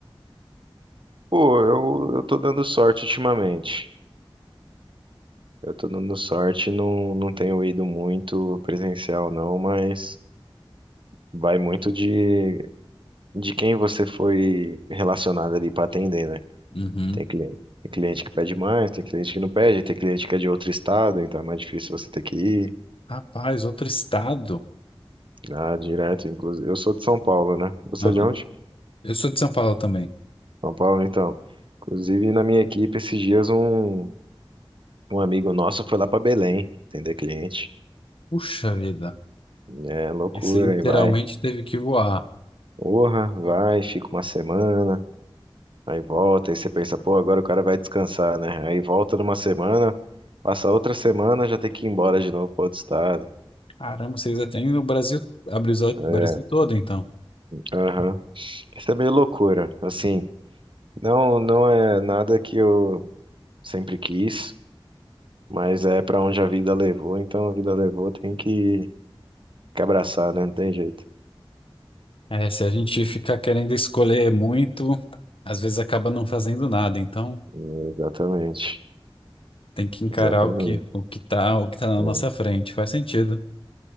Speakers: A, on the right; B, on the left.
A: Pô, eu, eu tô dando sorte ultimamente. Eu tô dando sorte, não, não tenho ido muito presencial, não, mas vai muito de, de quem você foi relacionado ali pra atender, né?
B: Uhum.
A: Tem cliente, tem cliente que pede mais, tem cliente que não pede, tem cliente que é de outro estado, então é mais difícil você ter que ir
B: Rapaz, outro estado.
A: lá direto, inclusive. Eu sou de São Paulo, né? Você
B: Aham.
A: é de onde?
B: Eu sou de São Paulo também.
A: São Paulo, então. Inclusive, na minha equipe, esses dias um, um amigo nosso foi lá pra Belém atender cliente.
B: Puxa vida.
A: É loucura,
B: Esse literalmente
A: aí vai.
B: teve que voar.
A: Porra, vai, fica uma semana, aí volta, aí você pensa, pô, agora o cara vai descansar, né? Aí volta numa semana, passa outra semana, já tem que ir embora de novo para outro estado.
B: Caramba, vocês já têm no Brasil, abriu o
A: É,
B: Brasil todo, então.
A: aham. Isso é meio loucura, assim. Não, não é nada que eu sempre quis, mas é para onde a vida levou, então a vida levou, tem que, que abraçar, né? Não tem jeito.
B: É, se a gente fica querendo escolher muito, às vezes acaba não fazendo nada. Então,
A: É, Exatamente,
B: tem que encarar
A: exatamente.
B: o que, o que tá, o que tá na
A: É.
B: nossa frente. Faz sentido.